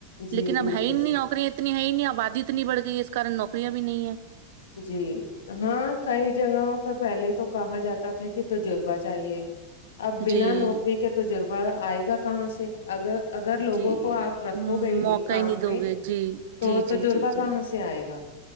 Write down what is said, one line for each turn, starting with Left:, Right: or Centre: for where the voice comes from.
Left: جی
Right: لیکن
Left: بالکل
Right: اب ہے ہی نہیں نوکریاں اتنی ہے ہی نہیں آبادی اتنی بڑھ گئی اس کارن نوکریاں بھی نہیں ہے
Left: جی ہاں کئی جگہوں پہ پہلے تو کہاں جاتا تھا کہ تجربہ چاہیے اب بنا
Right: جی
Left: نوکری کے تجربہ آئے گا کہاں سے اگر اگر لوگوں
Right: جی
Left: کو آپ رکھو
Right: ہوں،
Left: گے نہیں
Right: موقع ہی
Left: کام
Right: دو
Left: پہ
Right: گے جی
Left: تو
Right: جی
Left: تجربہ
Right: جی جی جی
Left: کہاں سے آئے گا